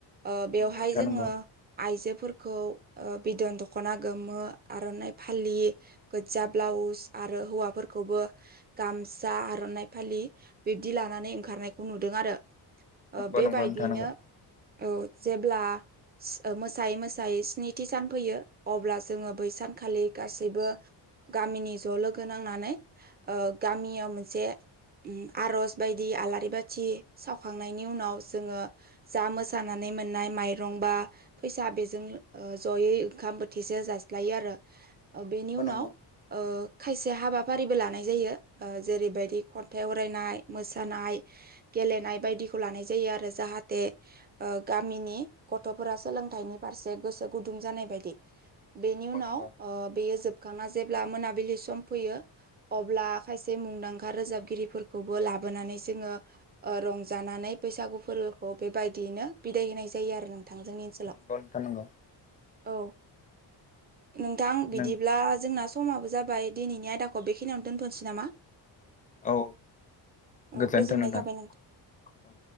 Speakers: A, on the right; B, on the left.
A: ओ बेवहाय
B: नंगौ नोंथां
A: जोङो
B: नंगौ
A: आइजोफोरखौ ओ बिद'न दख'ना गोमो आर'नाइ फालि गोदजा ब्लाउस आरो हौवाफोरखौबो गामसा आ आर'नाइ फालि बिब्दि लानानै ओंखारनायखौ नुदों आरो। ओ बेबायदियैनो
B: नंगौ नोंथां
A: औ जेब्ला <unintelligible> मोसायै मोसायै स्निथि सान फैयो अब्ला जोङो बै सानखालि गासैबो गामिनि ज' लोगो नांनानै ओ गामियाव मोनसे उम आर'ज बायदि आलारि बा थि सावखांनायनि उनाव जोङो जा मोसानानै मोननाय माइरं बा फैसा बेजों ओ जयै ओंखाम बोथिसे जास्लायो आरो। ओ बेनि उनाव
B: नंगौ
A: ओ खायसे हाबाफारिबो लानाय जायो ओ जेरैबायदि खन्थाइ आवरायनाय मोसानाय गेलेनाय बायदिखौ लानाय जायो आरो जाहाथे ओ गामिनि गथ'फोरा सोलोंथाइनि बा फारसे गोसो गुदुं जानाय बायदि बेनि
B: नंगौ
A: उनाव
B: नंगौ नोंथां नंगौ
A: बेयो ओ जोब मोखांना जेब्ला मोनाबिलि सम फैयो अब्ला खायसे मुंदांखा रोजाबगिरिफोरखौबो लाबो बोनानै जोङो ओ रंजानानै बैसागु फोरबोखौ बेबायदियैनो बिदाय होनाय जायो आरो नो थां जोंनि ओनसोलाव
B: नंगौ नंगौ नोंथां नंगौ
A: औ। नोंथां बिदिब्ला
B: नों
A: जोंना समाबो जाबाय दिनैनि आयदाखौ बेखिनियावनो दोनथ'नोसै नामा?
B: औ
A: औ
B: गोजोन्थों
A: गोजोननाय
B: नोंथां।
A: थाबाय
B: औ